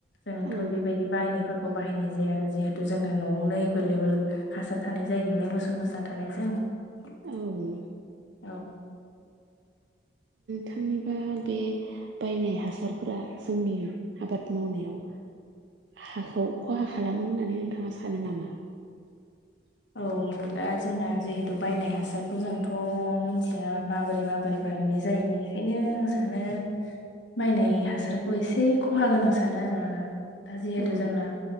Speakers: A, on the left; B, on the right.
A: जोंथ'
B: औ
A: बेबायदि बायनायफोरखौ बाहायनाय जाया आरो जिहेतु जोंना न'आवनो एभेलेबेल हासार थानाय जायो नालाय मोसौ मोसा थानायजों। <inaudible>
B: औ
A: औ <inaudible>
B: थांनिबा बे बायनाय हासारफोरा जोंनि आबाद मावनायाव हाखौ ख'हा खालामो होननानै नोंथाङा सानो नामा?
A: औ दा जोंना जिहेथु बायनाय हासारखौ जोंथ' मिथिया माबोरै माबोरै बानायनाय जायो बेनिखायनो आं सानो नो बायनाय हासारखौ एसे ख'हा गोनां सानो आरो आङो। दा जिहेथु
B: औ
A: जोंना